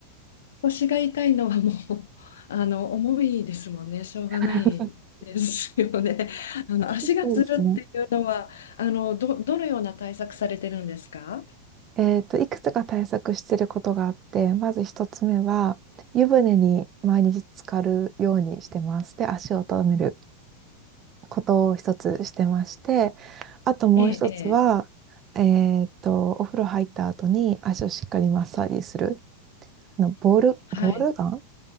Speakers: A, on the left; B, on the right.
A: 腰が痛いのはもう、<laughs> あの、重いですもんね。しょうがないですよね。
B: <laughs>
A: <laughs> あの、足がつるっていうのは、
B: そうですね。
A: あの、ど、どのような対策されてるんですか
B: えっと、いくつか対策してることがあって、まず一つ目は、湯船に毎日浸かるようにしてます。で、足を止めることを一つしてまして、あともう一つは、
A: ええ、ええ、
B: えっと、お風呂入った後に足をしっかりマッサージする。あのボール、
A: はい。
B: ボールガン